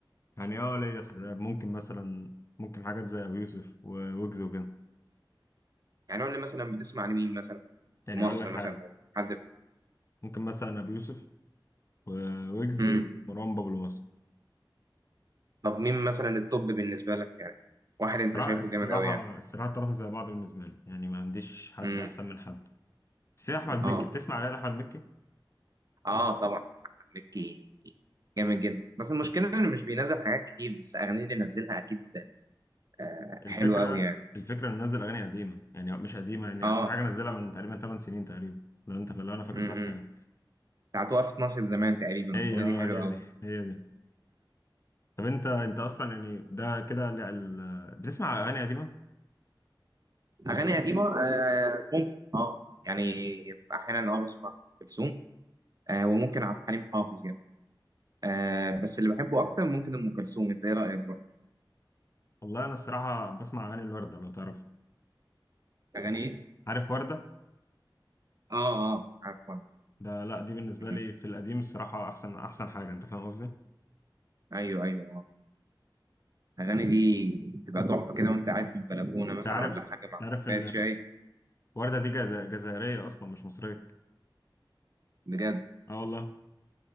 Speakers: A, on the left (about 35°); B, on the right (about 45°).
A: يعني اه ليا في الراب ممكن مثلا ممكن حاجات زي ابي يوسف وويجز وكده
B: يعني قول لي مثلا بتسمع لمين مثلا
A: يعني
B: في مصر
A: اقول لك حاجه
B: مثلا لو حد
A: ممكن مثلا ابي يوسف وويجز
B: امم
A: ومروان بابلو مثلا
B: طب مين مثلا التوب بالنسبه لك يعني واحد انت
A: الصراحه
B: شايفه
A: الصراحه
B: جامد قوي يعني
A: الصراحة الثلاثه زي بعض بالنسبه لي يعني ما عنديش حد
B: امم
A: احسن من حد بس إيه احمد مكي
B: اه
A: بتسمع على احمد مكي
B: اه طبعا أحمد مكي جامد جدا بس المشكله
A: بس
B: انه مش بينزل حاجات كتير بس اغانيه اللي نزلها اكيد آه
A: الفكرة
B: حلوه قوي يعني
A: الفكرة انه نزل اغاني قديمة يعني مش قديمة يعني
B: اه
A: اخر حاجة نزلها من تقريبا 8 سنين تقريبا لو انت لو انا فاكر
B: امم
A: صح يعني.
B: بتاعت وقفت ناصية زمان تقريبا
A: هي
B: الاغنيه
A: اه
B: دي حلوه
A: هي
B: قوي
A: دي هي دي طب انت انت اصلا يعني ده كده ال- ال- بتسمع اغاني قديمة
B: اغاني قديمه آه ممكن اه يعني احيانا اه بسمع ام كلثوم آه وممكن عبد الحليم حافظ يعني آه بس اللي بحبه اكتر ممكن ام كلثوم انت ايه رايك بقى
A: والله انا الصراحة بسمع اغاني الوردة لو تعرف
B: اغاني ايه
A: عارف وردة
B: اه اه عفوا
A: ده لا دي بالنسبة
B: مم.
A: لي في القديم الصراحة احسن احسن حاجة انت فاهم قصدي انت
B: ايوه ايوه اه الاغاني دي بتبقى تحفه كده وانت قاعد في البلكونه مثلا
A: عارف
B: ولا حاجه
A: انت
B: مع
A: عارف ان
B: كوبايه شاي
A: وردة دي جز- جزائرية اصلا مش مصرية
B: بجد
A: اه والله